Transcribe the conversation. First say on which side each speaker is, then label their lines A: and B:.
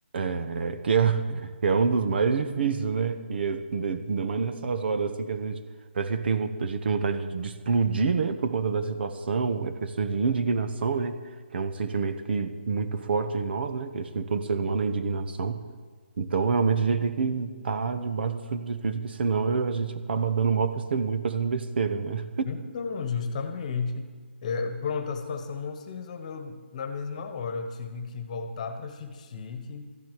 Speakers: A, on the right (about 55°); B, on the left (about 35°).
A: É, que, é, <laughs> que é um dos mais difíceis, né? E é, de- ainda mais nessas horas assim que às vezes parece que tem, vo- a gente tem vontade de de explodir, né? Por conta da situação, é questão de indignação, né? Que é um sentimento que muito forte em nós, né? Que acho que em todo ser humano é indignação. Então, realmente, a gente tem que estar debaixo do fruto do Espírito, que senão a gente acaba dando mau testemunho, fazendo besteira, né?
B: Então, justamente, é, pronto, a situação não se resolveu na mesma hora. Eu tive que voltar para Xique-Xique,